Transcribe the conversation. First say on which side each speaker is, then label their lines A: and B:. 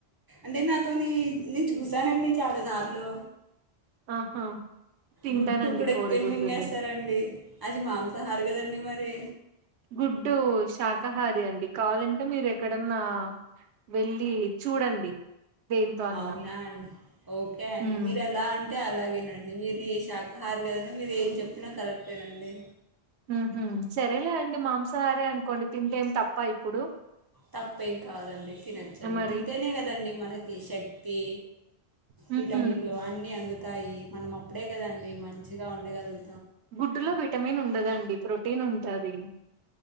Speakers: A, on the right; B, on the right.
A: అంటే నాతోని నేను చూసానండి చాలా సార్లు
B: ఆహా తింటానండి
A: గుడ్డు గుడెక్కని
B: కోడిగుడ్డుని
A: మింగేస్తారండి అది మాంసాహారి కదండి మరి
B: గుడ్డు శాకాహారి అండి కావాలంటే మీరు ఎక్కడన్నా వెళ్లి చూడండి దేంతో అన్నా
A: అవునా అండి ఓకే అండి
B: హ్మ్.
A: మీరు ఎలా అంటే అలాగేనండి మీరి శాఖ హారి కదండి మీరు ఏం చెప్పినా కరెక్టేనండి
B: ఉహు సరేలే అండి మాంసాహారే అనుకోండి తింటేం తప్ప ఇప్పుడు
A: తప్పేం కాదండి తినచ్చండి
B: హ్మ్. మరి.
A: తింటేనే కదండి మనకి శక్తి
B: హ్మ్.
A: విటమిన్లు అన్నీ అందుతాయి మనం అప్పుడే కదా అండి మంచిగా ఉండగలుగు
B: గుడ్డులో విటమిన్ ఉండదండి ప్రోటీన్ ఉంటాది